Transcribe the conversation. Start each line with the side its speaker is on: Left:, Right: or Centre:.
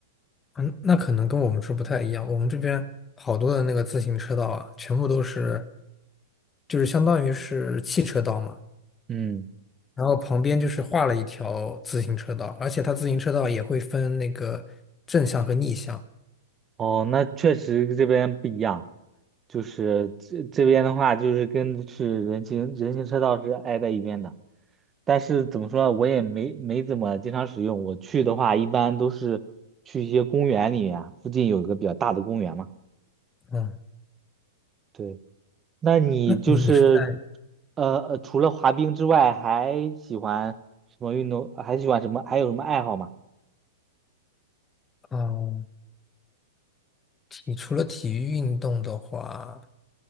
Left: 嗯，那可能跟我们这不太一样。我们这边好多的那个自行车道啊，全部都是，就是相当于是汽车道嘛，
Right: 嗯，
Left: 然后旁边就是画了一条自行车道，而且它自行车道也会分那个正向和逆向。
Right: 哦，那确实这边不一样，就是这这边的话，就是跟是人行人行车道是挨在一边的，但是怎么说呢，我也没没怎么经常使用。我去的话，一般都是去一些公园里面，附近有一个比较大的公园嘛。
Left: 嗯，
Right: 对，那你就是
Left: 那你你是在
Right: 呃呃，除了滑冰之外，还喜欢什么运动？还喜欢什么？还有什么爱好吗？
Left: 哦，体除了体育运动的话，